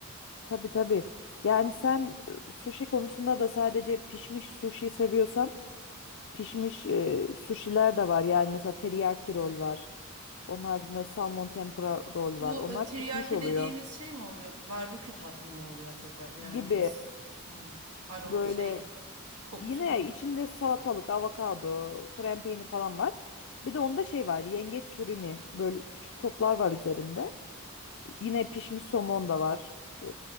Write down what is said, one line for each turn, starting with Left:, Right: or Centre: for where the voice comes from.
Left: Tabii tabii. Yani sen e, sushi konusunda da sadece pişmiş sushi seviyorsan pişmiş e, sushiler de var. Yani mesela teriyaki rol var. Onun haricinde salmon tempura rol
Right: Bu
Left: var. Onlar
Right: e, tiryaki
Left: pişmiş oluyor
Right: dediğimiz şey mi oluyor? Barbekü tatlı mı oluyor acaba? Yani
Left: gibi
Right: s- hmm, aroma
Left: böyle
Right: şeyi, kokusu
Left: yine
Right: falan.
Left: içinde salatalık, avokado, krem peynir falan var. Bir de onda şey var. Yengeç surimi böyle küçük toplar var üzerinde. Yine pişmiş somon da var. e,